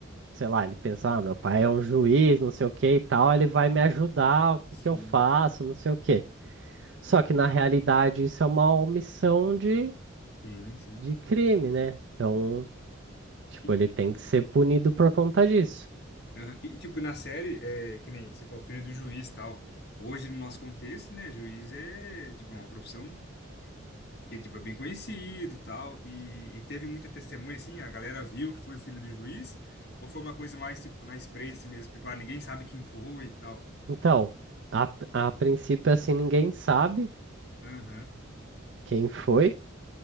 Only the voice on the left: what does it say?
Sim,
sim, sim.
E-
Aham. E, tipo, na série, é, que nem você falou, filho do juiz e tal. Hoje, no nosso contexto, né, juiz é, tipo, uma profissão que, tipo, é bem conhecido e tal. E, e teve muita testemunha, assim, a galera viu que foi o filho do juiz? Ou foi uma coisa mais, tipo, na espreita assim mesmo, tipo, ah, ninguém sabe quem foi e tal?
Aham.